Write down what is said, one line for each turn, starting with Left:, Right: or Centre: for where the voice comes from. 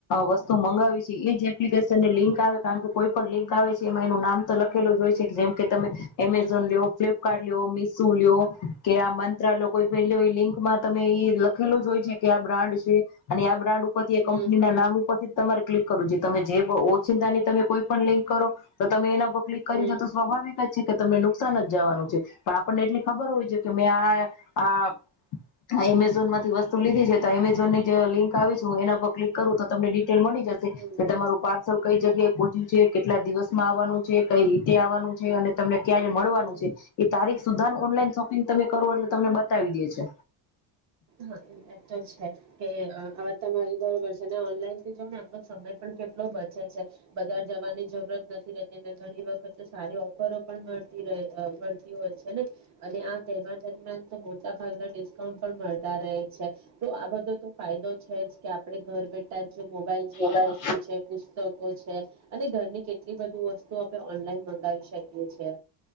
Left: વસ્તુ મંગાવી છે, એજ એપ્લિકેશન ને લિંક આવે કારણ કે કોઈ પણ લિંક આવે છે. માં એનું નામ તો લખેલું જ હોય છે, કે જેમ કે તમે એમેઝોન
Right: હમ હમ
Left: લો ફ્લિપકાર્ટ લ લો મિસ સૂલ્યો. કે આ મંત્રાલોકો એ પહેલી લિંક માં તમે એ લખેલું જોય છે, કે આ બ્રાન્ડ છે અને આ બ્રાન્ડ બધી એ
Right: હમ
Left: કંપની
Right: હમ
Left: નામ ઉપરથી તમારે ક્લિક <unintelligible> તમે જે ઓછિતાની તમે કોઈ પણ લિંક કરો તો તમે એના ક્લિક કર
Right: હમ
Left: છે તો સ્વાભાવિક જ છે કે તમને લોકો નુકસાન જ જવાનું છે પણ આપણને એટલી ખબર હોય છે. તમે આ આ એમેઝોન માંથી વસ્તુ લીધી છે તો એમેઝોન ની જે લિંક આવી છું એના પર ક્લિક કરું તો તમને ડીટેલ મળી જશે
Right: હમ હમ
Left: કે તમારું પાર્સલ કઈ જગ્યાએ પહોંચ્યું છે કેટલા દિવસ માં આવવાનું છે કઈ રીતે આવવાનું છે અને તમને ક્યારે મળવાનું
Right: હમ
Left: છે એ તારીખ સુધ ઓનલાઈન શોપિંગ તમે કરો એટલે તમને બતાવી દે છે
Right: હા એ તો છે કે આ તમારી બરોબર છે ઓનલાઈન થી જ ને આપનો સમય પણ કેટલો બચે છે બજાર જવાની જરૂરત નથી રહેતીને ઘણી વખત સારી ઓફરો પણ મળતી રે મળતી હોય છે ને અને આ તહેવાર દરમિયાન તો મો ટા ભાગના ડીસકાઉન્ટ પણ મળ ટા રે છે તો આ બધું તો ફાયદો છે જ કે આપણે ઘર બેઠા જ મોબાઈલ જેવી
Left: હ
Right: વસ્તુ છે પુસ્તક છે અને ઘરની કેટલી બધી વસ્તુ આપણે ઓનલાઈન મંગાવી શકીએ છે